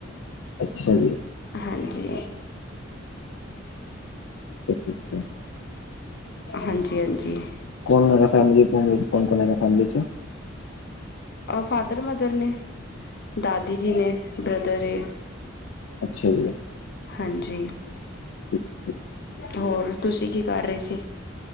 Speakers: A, on the left (about 85°); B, on the left (about 55°).
A: ਅੱਛਾ ਜੀ।
B: ਹਾਂਜੀ
A: ਠੀਕ ਹੈ ਠੀਕ ਹੈ
B: ਹਾਂਜੀ ਹਾਂਜੀ
A: ਕੌਣ ਹੈਗਾ ਫੈਮਿਲੀ ਚ ਕੌਣ ਕੌਣ ਹੈਗਾ ਫੈਮਲੀ ਚ
B: ਫਾਦਰ ਮਦਰ ਨੇ, ਦਾਦੀ ਜੀ ਨੇ, ਬ੍ਰਦਰ ਏ,
A: ਅੱਛਾ ਜੀ
B: ਹਾਂਜੀ,
A: ਠੀਕ ਹੈ ਠੀਕ
B: ਹੋਰ ਤੁਸੀਂ ਕੀ ਕਰ ਰਹੇ ਸੀ?